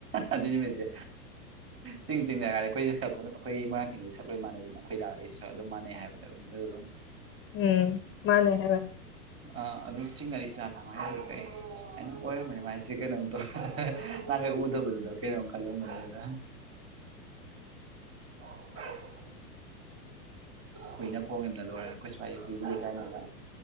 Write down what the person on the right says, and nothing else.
ꯑꯗꯨꯅꯤ ꯃꯁꯦ ꯆꯤꯡ ꯆꯤꯡꯗ ꯍꯥꯏꯔꯗꯤ ꯑꯩꯈꯣꯏꯁꯨ ꯑꯩꯈꯣꯏꯔꯥꯡ ꯊꯤꯡꯁꯤꯦ ꯁꯛ ꯂꯣꯏ ꯃꯥꯟꯅꯩꯗꯅ ꯑꯩꯈꯣꯏ ꯂꯥꯛ ꯑꯩꯁꯨ ꯁ ꯑꯗꯨꯝ ꯃꯥꯟꯅꯩ ꯍꯥꯏꯕꯅꯦꯕ ꯃꯤꯅꯁꯨ ꯑꯗꯨꯝ
ꯑꯥ ꯑꯗꯨꯝ ꯆꯤꯡꯅꯔꯤ ꯆꯥꯂ ꯑꯗꯨꯃꯥꯏꯅꯁꯨ ꯀꯛꯩ ꯑꯩꯅ ꯑꯣꯏꯔꯝꯕꯅꯤ ꯃꯥꯏꯁꯦ ꯀꯩꯅꯣꯝ ꯇꯧ ꯅꯅꯥꯈꯩ ꯎꯗꯕꯗꯨꯗ ꯀꯩꯅꯣꯝ ꯈꯜꯂꯝꯕꯅꯦꯅ <unintelligible> ꯍꯨꯏꯅ ꯈꯣꯡ ꯌꯥꯝꯅ ꯂꯣꯏꯔꯦ ꯀꯩꯁꯨꯋꯥꯏ ꯍꯨꯏꯒꯤ ꯂꯩꯀꯥꯏꯅꯤꯅ